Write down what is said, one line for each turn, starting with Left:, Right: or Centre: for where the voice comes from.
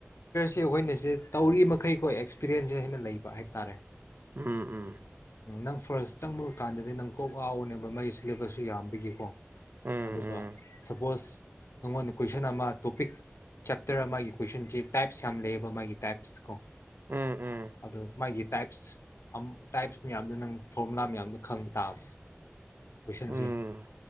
Left: ꯑꯩꯈꯣꯏꯅ ꯁꯦ ꯇꯧꯔꯤ ꯃꯈꯩ ꯀꯣ ꯑꯦꯁ ꯄꯤꯔꯤꯑꯦꯟꯁꯦ ꯍꯦꯟꯅ ꯂꯩꯕ ꯍꯥꯏꯇꯥꯔꯦ
Right: ꯎꯝ ꯎꯝ
Left: ꯅꯪꯁꯨ ꯐꯔꯁ ꯆꯪꯕ ꯀꯥꯟꯗꯗꯤ ꯅꯪ ꯀꯣꯛ ꯉꯥꯎꯒꯅꯦꯕ ꯃꯥꯒꯤ ꯁꯤꯂꯦꯕꯁꯁꯨ ꯌꯥꯝꯕꯒꯤꯀꯣ
Right: ꯎꯝ
Left: ꯑꯗꯨꯒ
Right: ꯎꯝ
Left: ꯁꯄꯣꯁ ꯅꯥꯉꯣꯟꯗꯥ ꯀꯣꯏꯁꯟ ꯑꯃ ꯇꯣꯄꯤꯛ ꯆꯦꯞꯇ꯭ꯔ ꯑꯃꯒꯤ ꯀꯣꯏꯁꯟꯁꯦ ꯇꯥꯏꯞꯁ ꯌꯥꯝ ꯂꯩꯌꯦꯕ ꯃꯥꯒꯤ ꯇꯥꯏꯞꯁ ꯀꯣ꯫
Right: ꯎꯝ
Left: ꯑꯗꯣ ꯃꯥꯒꯤ ꯇꯥꯏꯞꯁ ꯇꯥꯏꯞꯁ ꯃꯌꯥꯝꯗꯣ ꯅꯪ ꯐꯣꯔꯃꯨꯂꯥ ꯃꯌꯥꯝꯗꯣ ꯈꯪ ꯇꯥꯕ꯫ <unintelligible>
Right: ꯎꯝ